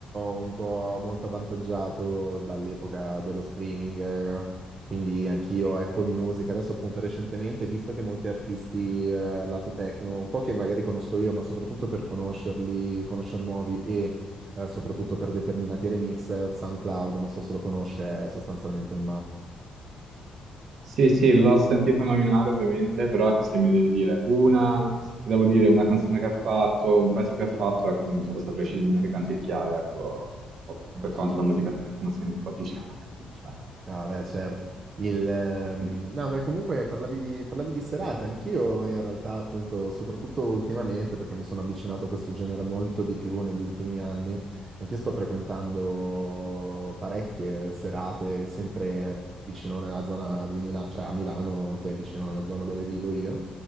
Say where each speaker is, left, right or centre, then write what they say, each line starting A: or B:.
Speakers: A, on the right; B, on the right.
A: un po' molto avvantaggiato dall'epoca dello streaming, eh, quindi anch'io Apple Music, adesso appunto recentemente, visto che molti artisti eh, lato techno, un po' che magari conosco io, ma soprattutto per conoscerli, conoscere nuovi e eh, soprattutto per determinati remix, eh, SoundCloud, non so se lo conosce, è sostanzialmente il
B: Sì, sì, l'ho sentita nominare ovviamente, però ecco, se mi devi dire una, se ti devo dire una canzone che ha fatto, un pezzo che ha fatto, ecco, non te lo saprei scegliere neanche canticchiare, ecco,
A: must.
B: per quanto la musica techno sia un po' difficile da canticchiare.
A: No, beh, certo. Il, ehm,
B: <laughs>
A: no, beh, comunque parlavi di, parlavi di serate, anch'io in realtà, appunto, soprattutto ultimamente, perché mi sono avvicinato a questo genere molto di più negli ultimi anni, anch'io sto frequentando parecchie serate, sempre vicino alla zona di Milano, cioè a Milano, che è vicino alla zona dove vivo io,